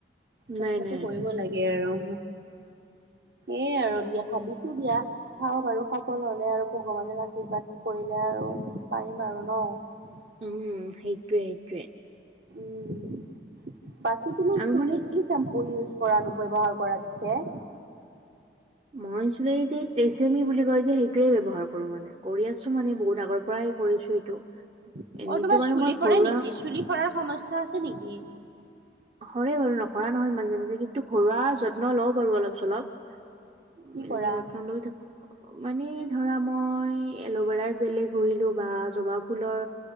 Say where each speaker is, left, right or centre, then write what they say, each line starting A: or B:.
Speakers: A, on the right; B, on the right.
A: চেষ্টাটো
B: নাই নাই
A: কৰিব লাগে আৰু।
B: <inaudible>
A: সেই আৰু দিয়া, ভাবিছো দিয়া। চাওঁ বাৰু, সফল হ'লে আৰু ভগৱানে আশীৰ্বাদ কৰিলে আৰু পাৰিম আৰু ন! <inaudible>
B: উম। সেইটোৱে সেইটোৱে।
A: উম। বাকী তুমি
B: আৰু
A: চুলিত
B: মানে
A: কি চেম্পু ইউজ কৰানো, ব্যৱহাৰ কৰা পিছে?
B: মই চুলিখিনিত টেচেমি বুলি কয় যে সেইটোৱে ব্যৱহাৰ কৰোঁ মানে। কৰি আছো মানে বহুত আগৰ পৰাই কৰিছোঁ এইটো।
A: অ
B: এনেইতো
A: তোমাৰ
B: বাৰু
A: চুলি
B: মই
A: সৰে
B: ঘৰুৱা
A: নেকি চুলি সৰাৰ সমস্যা আছে নেকি?
B: সৰে বাৰু নসৰা নহয় মাজে মাজে কিন্তু ঘৰুৱা যত্ন লওঁ বাৰু অলপ চলপ
A: কি
B: এনে
A: কৰা?
B: যত্ন লৈ থাকোঁ। মানে ধৰা মই এল'ভেৰা জেলে ঘহিলো বা জবা ফুলৰ